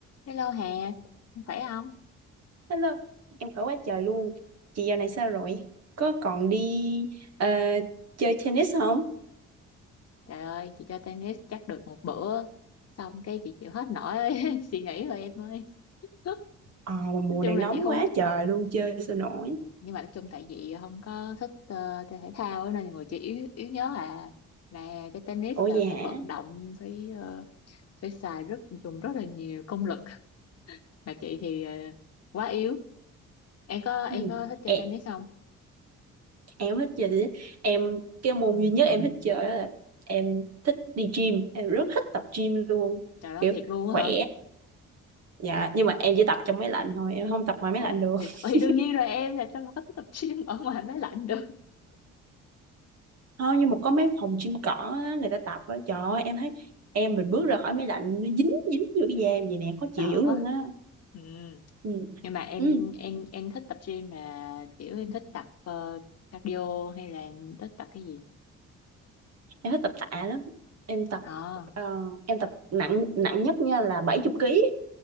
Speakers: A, on the left; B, on the right.
A: Hello Hà, em khỏe không?
B: Hello, em khỏe quá trời luôn. Chị giờ này sao rồi? Có còn đi ờ, chơi tennis không?
A: Trời ơi, chị chơi tennis chắc được một bữa, xong cái chị chịu hết nổi ấy. <laughs> Chị nghỉ rồi em ơi. <laughs>
B: Ờ, mà
A: Nói
B: mùa
A: chung
B: này nóng
A: là chị không,
B: quá trời luôn, chơi sao nổi.
A: nhưng mà nói chung tại vì không có thích ờ, chơi thể thao ấy, nên người chị yếu, yếu nhớ à. Mà chơi tennis
B: Ủa
A: là
B: vậy hả?
A: phải vận động, phải ờ, phải xài rất dùng rất là nhiều công lực. Mà chị thì ờ, quá yếu. Em có em
B: Ừ.
A: có thích chơi
B: Em,
A: tennis không?
B: em thích chơi tennis. Em, cái môn duy nhất em thích chơi đó là em thích đi gym. Em rất thích tập gym luôn.
A: Trời ơi
B: Kiểu
A: thiệt luôn
B: khỏe.
A: á hả?
B: Dạ, nhưng mà em chỉ tập trong máy lạnh thôi, em không tập ngoài máy
A: Ồ
B: lạnh được.
A: thì,
B: <laughs>
A: thì đương nhiên rồi em làm sao mà có thích tập gym ở ngoài máy lạnh được.
B: Không, nhưng mà có mấy phòng gym cỏ á, người ta tập á, trời ơi, em thấy em mình bước ra khỏi máy lạnh nó dính dính vô cái da em vậy nè khó chịu
A: sợ
B: dữ luôn
A: quá
B: á
A: ừ.
B: Ừ.
A: nhưng mà em
B: Ừ.
A: em em thích tập gym mà kiểu em thích tập ờ, cardio hay là em thích tập cái gì
B: Em thích tập tạ lắm em tập
A: à,
B: ờ, em tập nặng nặng nhất nha là 70 kg